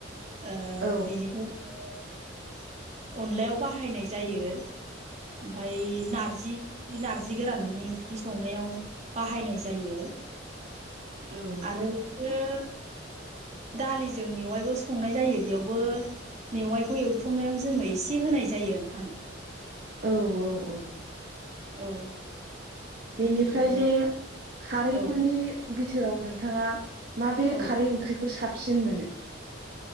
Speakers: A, on the right; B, on the right.
A: ओ
B: औ
A: बिनिफ्राय अनलायाव बाहायनाय जायो। ओमफाय नारजि नारजि गोराननि ओंख्रि संनायाव बाहायनाय जायो।
B: औ
A: आरो इदिनो दालिजों बेवायबो संनाय जायो बेयावबो मेवाइखौ एवथ्रमनायाव जोंङो एसे होनाय जायो नोंथां।
B: औ औ औ
A: औ
B: बेनिफ्राय
A: ओमफाय
B: जे खारैफोरनि
A: औ
B: बिथोराव नोंथांङा माबे
A: औ
B: खारै ओंख्रिखौ साबसिन मोनो?